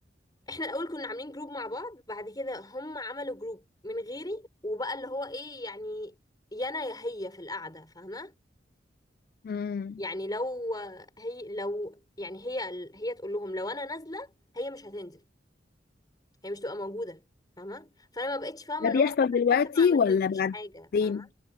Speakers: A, on the left; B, on the left.
A: احنا الاول كنا عاملين جروب مع بعض بعد كده هم عملوا جروب من غيري وبقى اللي هو ايه يعني يا انا يا هي في القعدة فاهمة
B: امم
A: يعني لو هي لو يعني هي هي تقول لهم لو انا نازلة هي مش هتنزل هي مش تبقى موجوده فاهمه فانا ما بقتش فاهمه
B: ده
A: اللي
B: بيحصل
A: هو انا
B: دلوقتي
A: حتى ما عملتلكيش
B: ولا بعدين
A: حاجه فاهمه